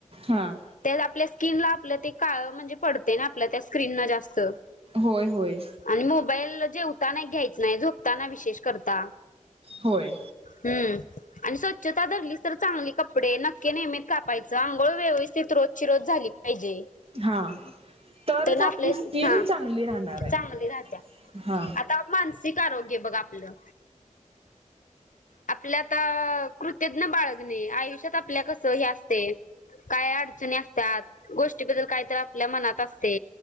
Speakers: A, on the right; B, on the left.
A: हा.
B: त्यात आपल्या स्किनला आपलं काळ म्हणजे पड आपल्या त्या स्क्रीना जास्त,
A: होय होय
B: आणि मोबाईल जेवताना एक घ्यायचाय झोपताना विशेष करता,
A: होय
B: हम्म. आणि स्वच्छता धरली तर चांगली कपडे नक्की नेहमी कापायचं अंघोळ व्यवस्थित रोजचीरोज झाली पाहिजे.
A: हा तरच
B: तेन आपल्या,
A: आपली स्किन
B: हा
A: चांगली राहणार आहे
B: चांगली राहत्या
A: हा.
B: आता मानसिक आरोग्य बघ आपलं. आपल्यात अ कृतज्ञ बाळगणे आयुष्यात आपल्या कसं हे असतय काय अडचणी त्यात गोष्टीबद्दल काय तर आपल्या मनात असते.